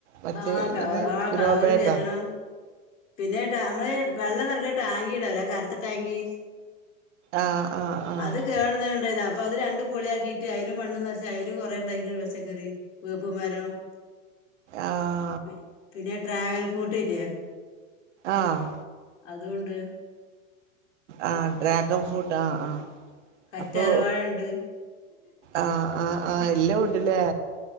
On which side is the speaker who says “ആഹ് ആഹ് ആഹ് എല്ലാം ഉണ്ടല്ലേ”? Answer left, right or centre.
Right